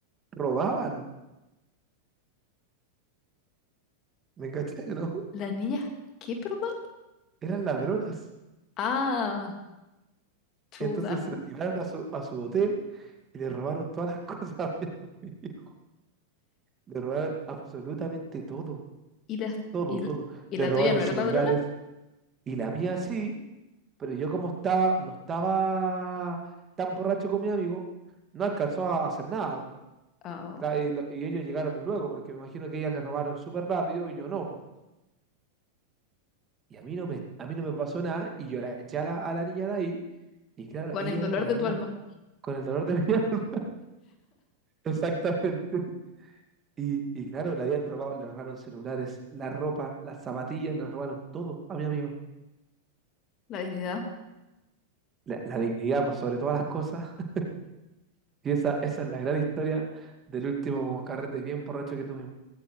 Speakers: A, on the right (about 20°); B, on the left (about 35°).
A: robaban? ¿Me cachai o no?
B: Las niñas. ¿Qué, perdón?
A: <laughs> Eran ladronas.
B: Ah, chuta.
A: Entonces se las llevaron a su, a su hotel y le robaron todas las <laughs> cosas a mi amigo. Le robaron absolutamente todo,
B: y la,
A: todo,
B: y,
A: todo.
B: y
A: Le
B: la
A: robaron
B: tuya no
A: celulares
B: era ladrona,
A: y la mía sí, pero yo como estaba, no estaba tan borracho con mi amigo, no alcanzó a hacer nada, po.
B: Ah,
A: Claro, y, lo- y ellos llegaron luego, porque me imagino que ellas les robaron súper rápido y yo no, po. Y a mí no me, a mí no me pasó nada y yo la eché a la, a la niña de ahí y claro,
B: con
A: ellas
B: el dolor
A: eran ladronas
B: de tu alma,
A: con el dolor de mi <laughs> alma. Exactamente. Y, y claro, le habían robado, le robaron celulares, la ropa, las zapatillas, le robaron todo a mi amigo.
B: la dignidad.
A: La, la dignidad por sobre todas las cosas. <laughs> Y esa, esa es la gran historia del último carrete bien borracho que tuvimos.